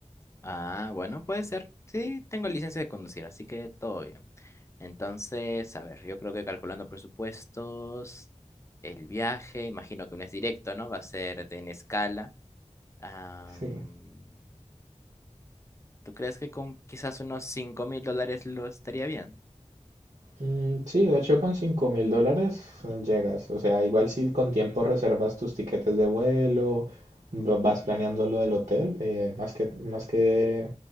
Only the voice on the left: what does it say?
Ah, bueno, puede ser. Sí, tengo licencia de conducir, así que todo bien. Entonces, a ver, yo creo que calculando presupuestos, el viaje, imagino que no es directo, ¿no? Va a ser de- en escala. Am,
¿tú crees que con quizás unos cinco mil dólares lo estaría bien?